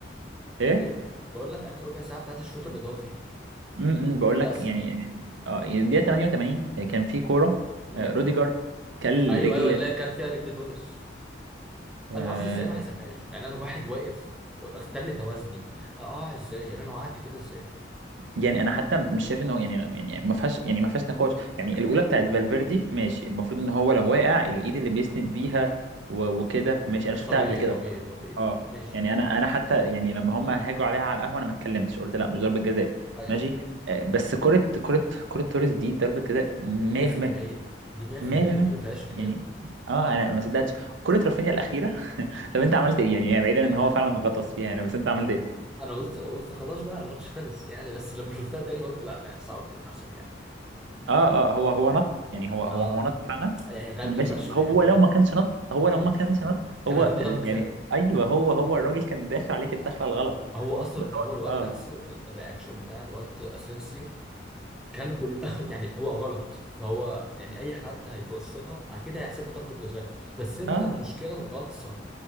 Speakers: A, on the right (about 85°); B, in the centre.
A: ايه
B: ايه بقول لك اخر ربع ساعه بتاعت الشوط الاضافي
A: امم بقول
B: بس
A: لك يعني
B: دي
A: اه يعني الدقيقه 88 كان في كوره
B: مم.
A: آه، روديجر كل
B: ايوه
A: رجل
B: ايوه اللي هي كان فيها رجل توريس
A: توريس
B: انا ما اعرفش ازاي ما حسبهاش يعني انا واحد واقف اختل توازني اه ازاي يعني انا وقعت كده ازاي
A: يعني انا حتى مش شايف ان هو يعني يعني ما فيهاش يعني ما فيهاش نقاش يعني الاولى بتاعت فالفيردي ماشي المفروض ان هو لو واقع الايد اللي بيسند بيها و- وكده ماشي انا شفتها
B: طبيعي
A: قبل كده
B: طبيعي
A: بصراحه
B: طبيعي
A: اه
B: ماشي
A: يعني انا انا حتى يعني لما هم هاجوا عليها على القهوه انا ما اتكلمتش قلت لا مش ضربه جزاء
B: ايوه
A: ماشي آه، بس كره كره كره توريس دي ضربه جزاء 100%
B: 100% دي 100%
A: 100%
B: دي ما فيهاش كلام
A: يعني اه انا ما صدقتش كره رافينيا الاخيره <laughs> طب انت عملت ايه يعني يعني بعيدا ان هو فعلا غطس فيها يعني بس انت عملت إيه؟
B: انا قلت قلت خلاص بقى الماتش خلص يعني بس لما شفتها تاني قلت لا لا صعب تتحسب يعني
A: اه اه هو هو نط يعني هو هو
B: اه
A: هو نط فعلا
B: يعني غبي
A: ماشي
B: فشخ
A: هو
B: يعني كان
A: لو ما كانش نط هو لو
B: مم.
A: ما كانش نط
B: كان
A: هو
B: هتبقى
A: ال...
B: ضربة جزاء
A: يعني ايوه هو هو الراجل كان داخل عليك الدخله الغلط
B: هو اصلا
A: بس هو
B: هو الواد
A: اه
B: نفسه الرياكشن بتاع الواد اسينسيو كان كل <laughs> يعني هو غلط فهو يعني اي حد هيبص لها اكيد هيحسبه ضربة جزاء بس انت
A: اه
B: المشكله الغطسه